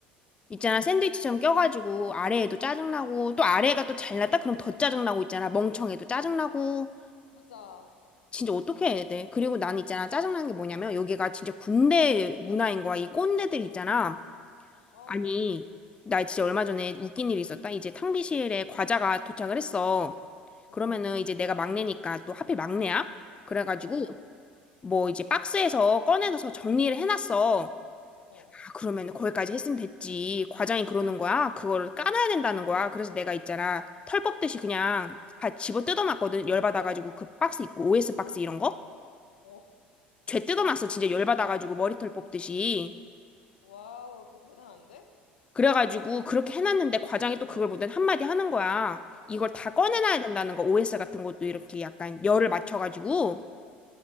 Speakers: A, on the left; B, on the left.
A: 있잖아, 샌드위치처럼 껴가지고, 아래에도 짜증나고, 또 아래가 또 잘났다? 그럼 더 짜증나고 있잖아. 멍청해도 짜증나고.
B: 맞아.
A: 진짜 어떻게 해야 돼? 그리고 난 있잖아, 짜증나는 게 뭐냐면, 여기가 진짜 군대 문화인 거야. 이 꼰대들 있잖아.
B: 아,
A: 아니, 나 진짜 얼마 전에 웃긴 일이 있었다. 이제 탕비실에 과자가 도착을 했어. 그러면은
B: 응.
A: 이제 내가 막내니까 또 하필 막내야? 그래가지고,
B: 어,
A: 뭐 이제 박스에서 꺼내서 정리를 해놨어.
B: 어,
A: 그러면 거기까지 했으면 됐지. 과장이 그러는 거야. 그거를 까놔야 된다는 거야. 그래서 내가 있잖아. 털 뽑듯이 그냥 다 집어 뜯어놨거든. 열받아가지고 그 박스 있고 OS 박스 이런 거?
B: 어.
A: 죄 뜯어놨어. 진짜 열받아가지고 머리털 뽑듯이.
B: 와우, 그 대단한데?
A: 그래가지고 그렇게 해놨는데 과장이 또 그걸 보더니 한마디 하는 거야. 이걸 다 꺼내놔야 된다는 거. OS 같은 것도 이렇게 약간 열을 맞춰가지고.